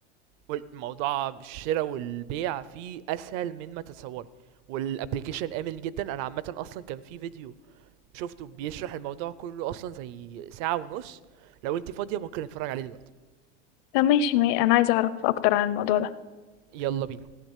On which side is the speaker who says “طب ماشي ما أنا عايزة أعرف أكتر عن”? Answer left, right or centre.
Left